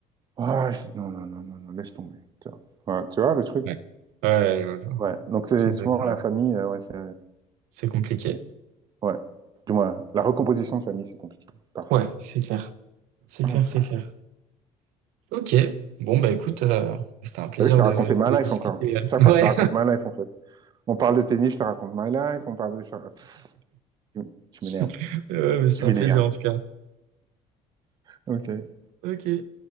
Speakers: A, on the right; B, on the right.
A: Ah, je- non, non, non, non, non, laisse tomber. Tu vois, Ouais, tu vois le truc?
B: Ouais. Ouais, je-
A: Ouais, donc c'est
B: je- exactement.
A: souvent la famille, euh, ouais, c'est,
B: C'est compliqué.
A: c'est- ouais. Du moins, la recomposition de famille, c'est compliqué, parfois.
B: Ouais, c'est clair. C'est
A: <clears throat>
B: clair, c'est clair. Ok. Bon, bah écoute, euh, c'était un plaisir
A: T'as vu, je t'ai
B: de,
A: raconté ma
B: de discuter.
A: life encore.
B: euh.
A: Chaque
B: <laughs> Ouais,
A: fois, je te raconte ma life, en fait. On parle de tennis, je te raconte ma life. On parle de... Pff, Tu
B: <laughs>
A: m'énerves.
B: Ouais, mais c'était
A: Tu
B: un
A: m'énerves.
B: plaisir en tout cas.
A: Ok.
B: Ok.